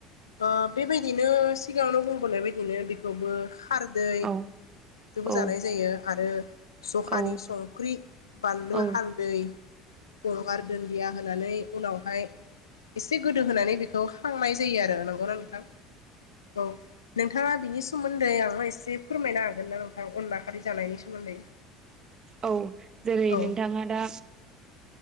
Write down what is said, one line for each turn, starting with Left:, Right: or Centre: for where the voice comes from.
Left: ओ बेबायदिनो सिगाङावनो बुंबोननाय बायदिनो बेखौबो। हारदै बेबो
Right: औ औ
Left: जानाय जायो आरो जखानि
Right: औ नंगौ
Left: संख्रि बानलु
Right: औ
Left: हालदै
Right: औ नंगौ औ
Left: गंगार दुन्दिया होनानै उनावहाय एसे गोदो होनानै बेखौ हांनाय जायो आरो नों नोंथां औ नोंथाङा बिनि सोमोन्दै आंनो इसे फोरमायनो हागोन ना नोंथां अनला खारि जानायनि सोमोन्दै?
Right: औ जेरै
Left: औ
Right: नोंथाङा दा